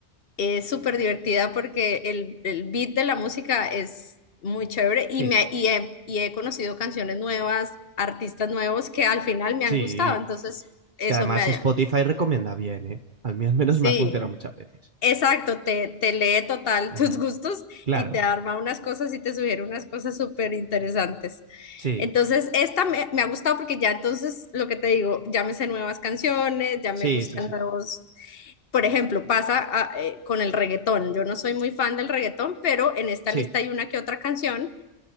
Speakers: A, on the left; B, on the right.
A: es súper divertida porque el, el beat de la música es muy chévere y,
B: Sí.
A: me, y, he, y he conocido canciones nuevas, artistas nuevos que al final me han
B: Sí.
A: gustado. Entonces, eso
B: Que además
A: me ha...
B: Spotify recomienda bien, ¿eh? A mí al menos
A: Sí.
B: me ha funcionado muchas veces.
A: Exacto, te, te lee total
B: Ujú.
A: <laughs> tus gustos
B: Claro.
A: y te arma unas cosas y te sugiere unas cosas súper interesantes.
B: Sí.
A: Entonces, esta me, me ha gustado porque ya entonces, lo que te digo, ya me sé nuevas canciones, ya
B: Sí,
A: me gustan
B: sí, sí.
A: nuevos... Por ejemplo, pasa ah, eh, con el reggaetón. Yo no soy muy fan del reggaetón, pero en esta
B: Sí.
A: lista hay una que otra canción